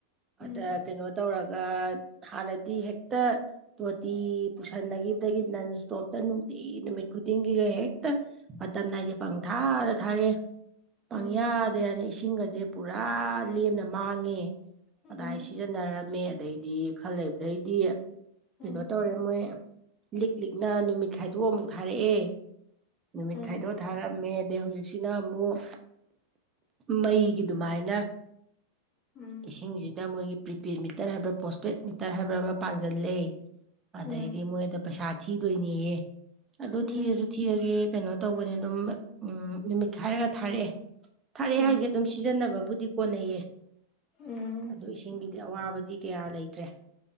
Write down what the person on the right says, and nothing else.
ꯑꯗ ꯀꯩꯅꯣ ꯇꯧꯔꯒ ꯑ ꯍꯥꯟꯅꯗꯤ ꯍꯦꯛꯇ ꯇꯣꯇꯤ ꯄꯨꯁꯟꯅꯈꯤꯕꯗꯒꯤ ꯅꯟ ꯏꯁꯇꯣꯞꯇ ꯅꯨꯡꯇꯤ ꯅꯨꯃꯤꯠ ꯈꯨꯗꯤꯡꯒꯤꯒ ꯍꯦꯛꯇ ꯇꯝꯅꯥꯏꯗꯤꯦ ꯄꯪ ꯊꯥꯗ ꯊꯥꯔꯛꯑꯦ ꯄꯪꯌꯥꯗ
ꯌꯥꯅ ꯏꯁꯤꯡꯒꯁꯦ ꯄꯨꯔꯥ ꯂꯦꯝꯅ ꯃꯥꯡꯉꯦ
ꯑꯗꯨꯗꯥꯏ ꯁꯤꯖꯤꯟꯅꯔꯝꯃꯦ ꯑꯗꯩꯗꯤ ꯈꯜꯂꯕꯗꯩꯗꯤ
ꯀꯩꯅꯣ ꯇꯧꯔꯦ ꯃꯣꯏ ꯂꯤꯛ ꯂꯤꯛꯅ ꯅꯨꯃꯤꯠ ꯈꯥꯏꯗꯣꯛꯑ ꯑꯃꯨꯛ ꯊꯥꯔꯛꯑꯦ ꯅꯨꯃꯤꯠ
ꯈꯥꯏꯗꯣꯛ ꯊꯥꯔꯝꯃꯦ ꯑꯗꯩ ꯍꯧꯖꯤꯛꯁꯤꯅ ꯑꯃꯨꯛ ꯃꯩꯒꯤ ꯑꯗꯨꯃꯥꯏꯅ
ꯏꯁꯤꯡꯁꯤꯗ ꯃꯣꯏꯒꯤ ꯄ꯭ꯔꯤꯄꯦꯗ ꯃꯤꯇꯔ ꯍꯥꯏꯕ꯭ꯔꯥ ꯄꯣꯁꯄꯦꯗ ꯃꯤꯇꯔ ꯍꯥꯏꯕ꯭ꯔꯥ ꯑꯃ ꯄꯥꯟꯁꯤꯜꯂꯦ
ꯑꯗꯩꯗꯤ ꯃꯣꯏꯗ ꯄꯩꯁꯥ ꯊꯤꯗꯣꯏꯅꯦꯌꯦ ꯑꯗꯣ
ꯊꯤꯔꯁꯨ ꯊꯤꯔꯒꯦ ꯀꯩꯅꯣ ꯇꯧꯕꯅꯦ ꯑꯗꯨꯝ ꯎꯝ ꯅꯨꯃꯤꯠ ꯈꯥꯏꯔꯒ ꯊꯥꯔꯛꯑꯦ ꯊꯥꯔꯑꯦ ꯍꯥꯏꯁꯦ
ꯑꯗꯨꯝ ꯁꯤꯖꯤꯟꯅꯕꯕꯨꯗꯤ ꯀꯣꯟꯅꯩꯌꯦ
ꯑꯗꯨꯣ ꯏꯁꯤꯡꯒꯤꯗꯤ ꯑꯋꯥꯕꯗꯤ ꯀꯌꯥ ꯂꯩꯇ꯭ꯔꯦ